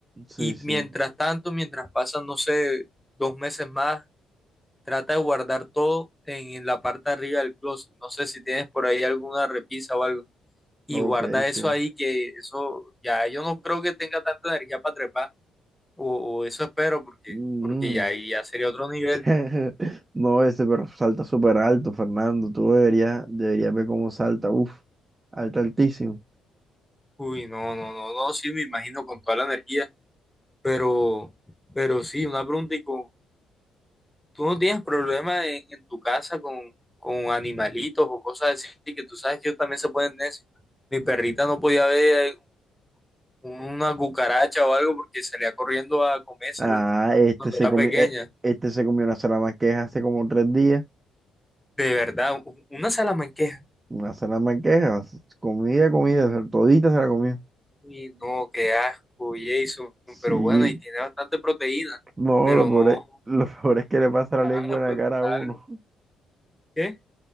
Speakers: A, on the right; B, in the centre.
A: sí,
B: Y
A: sí.
B: mientras tanto, mientras pasan, no sé, dos meses más, trata de guardar todo en, en la parte de arriba del closet. No sé si tienes por ahí alguna repisa o algo. Y
A: Ok,
B: guarda
A: sí.
B: eso ahí, que eso ya yo no creo que tenga tanta energía para trepar. O, o eso espero, porque,
A: Mm.
B: porque ya ahí ya sería otro nivel.
A: <laughs> No, ese pero salta súper alto, Fernando. Tú deberías, deberías ver cómo salta. Uf, alta altísimo.
B: Uy, no, no, no, no, sí, me imagino con toda la energía, pero, pero sí, una pregunta, y con, ¿tú no tienes problema en, en tu casa con, con animalitos o cosas así? Que tú sabes que ellos también se pueden necios. Mi perrita no podía ver una cucaracha o algo porque salía corriendo a comérsela
A: Ah, este
B: cuando
A: se
B: era
A: comió,
B: pequeña.
A: eh, este se comió una salamanqueja hace como tres días.
B: De verdad, u- una salamanquesa
A: Una salamanqueja, comida, comida, todita se la comió.
B: Uy, no, qué asco, Jason,
A: Sí,
B: pero bueno, y tiene bastante proteína,
A: no,
B: pero
A: lo pobre,
B: no,
A: lo pobre es que le pasa la
B: cara,
A: lengua
B: puede
A: en la cara
B: pesar,
A: a uno.
B: algo. ¿qué?